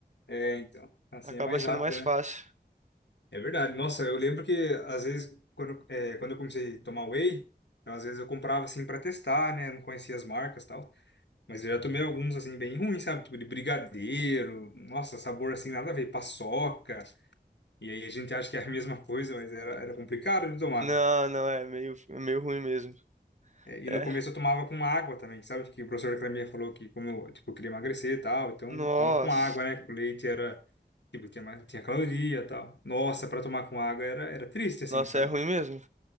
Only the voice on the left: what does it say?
É, então. Assim
é mais
rápido,
né? É verdade. Nossa, eu lembro que às vezes, quando, é, quando eu comecei a tomar whey, então, às vezes eu comprava assim pra testar, né? Não conhecia as marcas e tal. Mas eu já tomei alguns assim bem ruins, sabe? Tipo de brigadeiro. Nossa, sabor assim nada a ver. Paçoca. E aí a gente acha que é a mesma coisa, mas era, era complicado de tomar.
É, E
no começo eu tomava com água também, sabe? Que o professor da academia falou que como eu, tipo, eu queria emagrecer e tal, então
toma com água, né? Que o leite era, tipo, tinha, mais- tinha caloria e tal. Nossa, para tomar com água era, era triste, assim,
sabe?